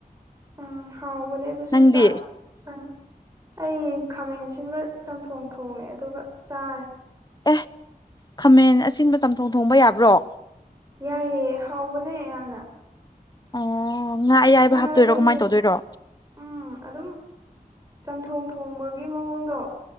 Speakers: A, on the right; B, on the left.
A: ꯎꯝ ꯍꯥꯎꯕꯅꯦ ꯑꯗꯨꯁꯨ
B: ꯅꯪꯗꯤ
A: ꯆꯥꯛ ꯆꯪꯉꯦ ꯑꯩ ꯈꯥꯃꯦꯟ ꯑꯁꯤꯟꯕ ꯆꯝꯊꯣꯡ ꯊꯣꯡꯉꯦ ꯑꯗꯨꯒ ꯆꯥꯔꯦ
B: ꯑꯦ ꯈꯥꯃꯦꯟ ꯑꯁꯤꯟꯕ ꯆꯝꯊꯣꯡ ꯊꯣꯡꯕ ꯌꯥꯕ꯭ꯔꯣ
A: ꯌꯥꯏꯑꯦ ꯍꯥꯎꯕꯅꯦ ꯌꯥꯝꯅ
B: ꯑꯣ ꯉꯥ ꯑꯌꯥꯏꯕ
A: ꯆꯥꯔꯒ
B: ꯍꯥꯞꯇꯣꯏꯔꯣ ꯀꯃꯥꯏ
A: ꯌꯦꯡꯉꯣ
B: ꯇꯧꯗꯣꯏꯔꯣ
A: ꯎꯝ ꯑꯗꯨꯝ ꯆꯝꯊꯣꯡ ꯊꯣꯡꯕꯒꯤ ꯃꯑꯣꯡꯗꯣ